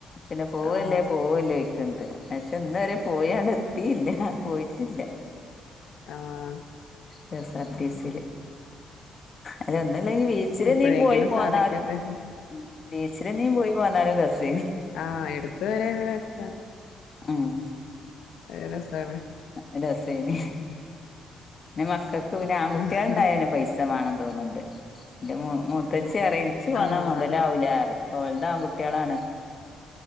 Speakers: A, on the left; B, on the left.
A: പിന്നെ പോവല്ലേ
B: ആഹ്
A: പോവല്ലേ ണ്ട് പക്ഷെ ഇന്ന വരെ പോയാണ്ട് എത്തിയില്ല പോയിട്ടില്ല
B: ആഹ്
A: കെഎസ് ആർ റ്റിസില് അത് ഒന്നുംമില്ലെങ്കിൽ ബീച്ചില്
B: എപ്പഴെങ്കിലും
A: നീ പോയി പോന്നാലും
B: സാധിക്കട്ടെ
A: ഉം ബീച്ചിലെ നീ പോയി പോന്നാലും രസെനി
B: ആഹ് എടുത്ത് വരെ രസാ
A: ഉം
B: അയ് രസാണ്
A: നല്ല രസേനി പിന്നെ മക്കൾക്ക് പിന്നെ ആൺകുട്ടികള്
B: ആഹ്
A: ഉണ്ടായിന് പൈസ മാണെന്ന് തോന്നുണ്ട് എന്റെ മുത്തേച്ചി പറയും ഏച്ച് വന്നാല്
B: ആണ്
A: മുതലാവുലാ പറയും ഓളത് ആണ് കുട്ട്യാളാണ്